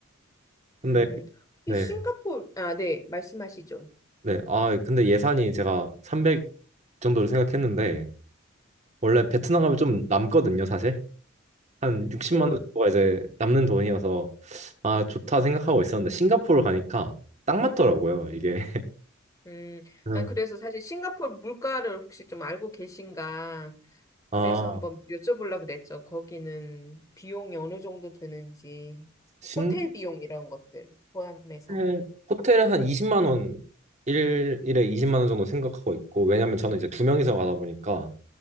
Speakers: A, on the right; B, on the left.
A: 근데
B: 음,
A: 네,
B: 이 싱가포르, 아, 네, 말씀하시죠.
A: 네, 아 근데 예산이 제가 300 정도를 생각했는데 원래 베트남 가면 좀 남거든요, 사실. 한 60만
B: 네.
A: 원 정도가 이제 남는 돈이어서 아 좋다 생각하고 있었는데 싱가포르 가니까 딱 맞더라고요, 이게.
B: 음,
A: 그래서
B: 난 그래서 사실 싱가포르 물가를 혹시 좀 알고 계신가?
A: 아
B: 그래서 한번 여쭤보려고 그랬죠. 거기는 비용이 어느 정도 드는지,
A: 싱가포르
B: 호텔 비용 이런 것들 포함해서.
A: 호텔, 호텔은 한 20만 원, 일, 일에 20만 원 정도 생각하고 있고, 왜냐면 저는 이제 두 명이서 가다 보니까